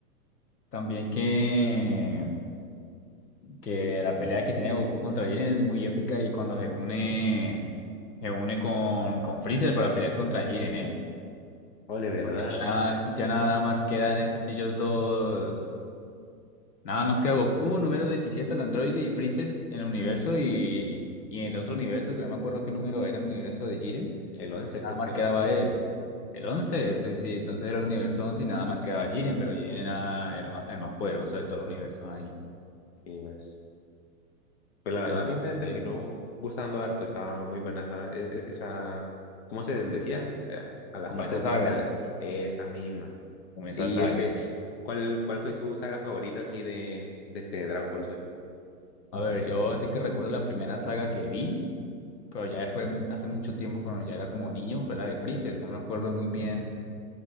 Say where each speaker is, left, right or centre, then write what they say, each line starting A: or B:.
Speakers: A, on the left; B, on the left.
A: también que, que la pelea que tiene Goku contra Jiren es muy épica y cuando se une, se une con, con Freezer para pelear contra Jiren, ¿eh?
B: Ole, ¿verdad?
A: Porque ya, ya nada más quedan es- ellos dos. Nada más queda Goku, número 17 el androide, y Freezer en el universo y, y en el otro universo, que no me acuerdo qué número era, el universo de Jiren.
B: El 11 creo
A: Nada más
B: que era.
A: quedaba él. El 11 pues sí, entonces era el universo 11 y nada más quedaba Jiren, pero Jiren era el más, el más poderoso de todo el universo ahí.
B: Y es- Pues la verdad
A: Eso
B: a
A: también,
B: mí me terminó gustando harto, estaba muy buena esa, e- e- esa ¿cómo se decía? Eh, a las
A: Como
B: partes
A: esa saga,
B: de la... Esa misma.
A: como esa
B: Y
A: saga.
B: este,
A: Y-
B: ¿cuál, cuál fue su saga favorita así de, de este Dragon Ball Social?
A: A ver, yo sí que recuerdo la primera saga que vi, pero ya fue mu- hace mucho tiempo cuando ya era como niño, fue la de Freezer. No me acuerdo muy bien